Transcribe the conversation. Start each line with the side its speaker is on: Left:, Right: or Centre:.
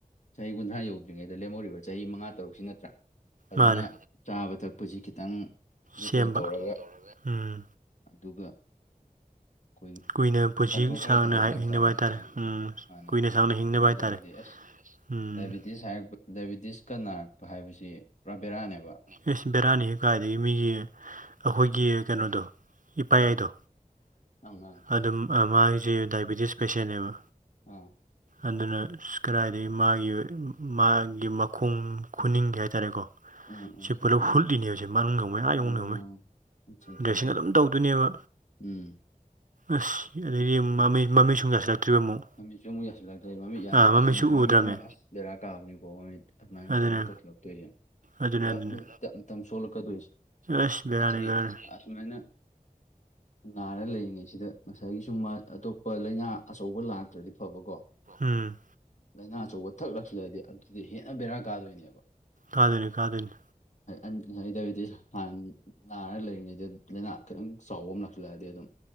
Left: ꯆꯍꯤ ꯀꯨꯟꯊ꯭ꯔꯥ ꯌꯧꯗ꯭ꯔꯤꯉꯩꯗ ꯂꯦꯝꯍꯧꯔꯤꯕ ꯆꯍꯤ ꯃꯉꯥ ꯇꯔꯨꯛꯁꯤ ꯅꯠꯇ꯭ꯔꯥ ꯐꯖꯅ
Right: ꯃꯥꯅꯦ
Left: ꯆꯥꯕ ꯊꯛꯄꯁꯤ ꯈꯤꯇꯪ ꯖꯨꯇꯣꯟ
Right: ꯁꯦꯝꯕ
Left: ꯇꯧꯔꯒ
Right: ꯎꯝ
Left: ꯑꯗꯨꯒ ꯎꯝ ꯑꯩꯈꯣꯏꯒꯤ
Right: ꯀꯨꯏꯅ ꯄꯨꯟꯁꯤ
Left: ꯀꯟꯇ꯭ꯔꯣꯜ
Right: ꯁꯥꯡꯅ
Left: ꯈꯔ ꯇꯧꯍꯧꯕ
Right: ꯍꯥꯏ
Left: ꯍꯥꯏꯇꯥꯔꯦꯅꯦ
Right: ꯍꯤꯡꯅꯕ ꯍꯥꯏꯇꯥꯔꯦ
Left: ꯈꯥꯏꯅ
Right: ꯎꯝ
Left: ꯍꯥꯟꯅꯩ
Right: ꯀꯨꯏꯅ ꯁꯥꯡꯅ ꯍꯤꯡꯅꯕ
Left: ꯑꯗꯨꯇꯥꯔꯒꯗꯤ
Right: ꯍꯥꯏꯇꯥꯔꯦ
Left: ꯑꯦꯁ
Right: ꯎꯝ
Left: ꯗꯥꯏꯕꯤꯇꯤꯁ ꯍꯥꯏꯔꯛꯄ ꯗꯥꯏꯕꯤꯇꯤꯁꯀ ꯅꯥꯔꯛꯄ ꯍꯥꯏꯕꯁꯤ ꯄꯨꯔꯥꯕꯦꯔꯥꯅꯦꯕ
Right: ꯑꯦꯁ ꯕꯦꯔꯥꯅꯤ ꯀꯥꯏꯗꯒꯤ ꯃꯤꯒꯤ ꯑꯩꯈꯣꯏꯒꯤ ꯀꯩꯅꯣꯗꯣ ꯏꯄꯥꯥꯌꯥꯏꯗꯣ
Left: ꯎꯝ ꯑꯉꯥꯡ
Right: ꯑꯗꯨꯝ ꯃꯥꯁꯦ ꯗꯥꯏꯕꯤꯇꯤꯁ ꯄꯦꯁꯦꯟꯅꯦꯕ
Left: ꯑꯥ
Right: ꯑꯗꯨꯅ ꯀꯗꯥꯏꯗꯒꯤ ꯃꯥꯒꯤ ꯃꯥꯒꯤ ꯃꯈꯣꯡ ꯈꯨꯅꯤꯡꯒꯤ ꯍꯥꯏꯇꯥꯔꯦꯀꯣ
Left: ꯎꯝ ꯎꯝ
Right: ꯁꯤ ꯄꯨꯂꯞ ꯍꯨꯠꯂꯤꯅꯦ ꯍꯧꯁꯦ ꯃꯥꯅꯅꯨꯡꯉ ꯑ
Left: ꯑꯣ
Right: ꯌꯧꯅ
Left: ꯑꯠꯆꯥ ꯑꯠꯆꯥ
Right: ꯗ꯭ꯔꯦꯁꯤꯡ
Left: ꯑꯠꯆꯥ
Right: ꯑꯗꯨꯝ ꯇꯧꯗꯣꯏꯅꯦꯕ
Left: ꯎꯝ
Right: ꯑꯁ ꯑꯗꯩꯗꯤ ꯃꯃꯤ ꯃꯃꯤꯠꯁꯨ ꯌꯥꯁꯤꯜꯂꯛꯇ꯭ꯔꯤꯕ ꯑꯃꯨꯛ
Left: ꯃꯃꯤꯠꯁꯨ ꯑꯃꯨꯛ ꯌꯥꯁꯤꯜꯂꯛꯇ꯭ꯔꯦ ꯃꯃꯤꯠ ꯌꯥꯗꯕ
Right: ꯑꯥ ꯃꯃꯤꯠꯁꯨ
Left: ꯑꯗꯨꯅꯤ ꯃꯃꯤꯠ
Right: ꯎꯗ꯭ꯔꯕꯅꯦ
Left: ꯑꯃ ꯑꯁ ꯕꯦꯔꯥ ꯀꯥꯕꯅꯤꯀꯣ ꯃꯃꯤꯠ ꯑꯗꯨꯃꯥꯏꯅ
Right: ꯑꯗꯨꯅꯦ
Left: ꯀꯩꯅꯣ ꯇꯧꯁꯤꯜꯂꯛꯇꯣꯏꯁꯦ
Right: ꯑꯗꯨꯅꯦ
Left: ꯄꯨꯂꯞ
Right: ꯑꯗꯨꯅꯦ
Left: ꯊꯣꯛꯀꯗꯣꯏꯁꯦ
Right: ꯑꯁ ꯕꯦꯔꯥꯅꯤ
Left: ꯑꯁꯤ
Right: ꯕꯦꯔꯥꯅꯤ
Left: ꯑꯁꯨꯃꯥꯏꯅ ꯅꯥꯔ ꯂꯩꯔꯤꯉꯩꯁꯤꯗ ꯉꯁꯥꯏꯒꯤ ꯁꯨꯝ ꯑꯇꯣꯞꯄ ꯂꯥꯏꯅꯥ ꯑꯆꯧꯕ ꯂꯥꯛꯇ꯭ꯔꯗꯤ ꯐꯕꯀꯣ
Right: ꯎꯝ
Left: ꯂꯥꯏꯅꯥ ꯑꯆꯧꯕ ꯊꯛꯂꯛꯁꯤꯂꯗꯤ ꯑꯗꯨꯗ ꯍꯦꯟꯅ ꯕꯦꯔꯥ ꯀꯥꯗꯣꯏꯅꯦꯕ
Right: ꯀꯥꯗꯣꯏꯅꯤ ꯀꯥꯗꯣꯏꯅꯤ
Left: ꯑꯗꯨꯗ ꯗꯥꯏꯕꯤꯇꯤꯁ ꯍꯥꯟꯅ ꯅꯥꯔꯒ ꯂꯩꯔꯤꯉꯩꯗ ꯂꯥꯏꯅꯥ ꯈꯤꯇꯪ ꯆꯥꯎꯕ ꯑꯃ ꯂꯛꯁꯤꯜꯂꯛꯑꯗꯤ ꯑꯗꯨꯝ